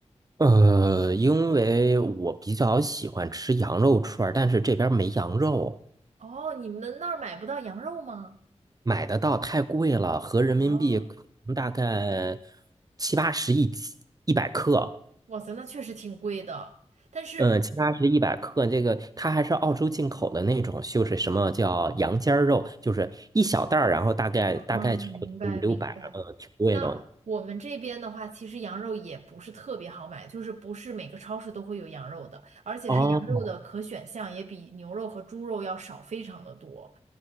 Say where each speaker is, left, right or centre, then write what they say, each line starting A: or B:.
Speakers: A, on the right; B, on the right.
A: 呃，因为我比较喜欢吃羊肉串儿但是这边儿没羊肉。
B: 哦，你们那儿买不到羊肉吗？
A: 买得到太贵了，合人民币可能大概
B: 哦，
A: 七八十一斤一百克，
B: 哇塞，那确实挺贵的。但是，
A: 嗯，七八十一百克，这个它还是澳洲进口的那种，就是什么叫羊尖儿肉，就是一小袋儿，然后大概大概差不多五六百，
B: 嗯，明白明白。
A: 嗯，挺贵的。
B: 那我们这边的话，其实羊肉也不是特别好买，就是不是每个超市都会有羊肉的，而且它羊肉的可选项也比牛肉和猪肉要少非常的多。
A: 哦